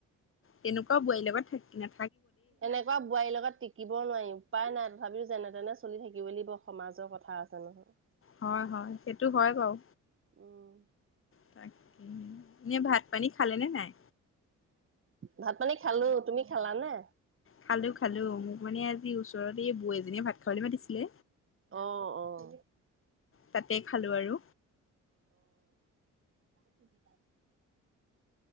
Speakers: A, on the left; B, on the right.
A: তেনেকুৱাও বোৱাৰীৰ লগত থাকি না।
B: এনেকুৱা বোৱাৰীৰ লগত টিকিবও নোৱাৰিম। উপায় নাই তথাপিও যেনে তেনে চলি থাকিব লাগিব সমাজৰ কথা আছে নহয়
A: হয় হয় সেইটো হয় বাৰু
B: উম
A: তাক এ ভাত পানী খালে নে নাই
B: ভাত পানী খালো তুমি খালানে
A: খালো খালো মোক মানে আজি ওচৰত এই বৌ এজনীয়ে ভাত খাবলৈ মাতিছিলে
B: আহ আহ আহ
A: তাতে খালো আৰু।
B: তুমি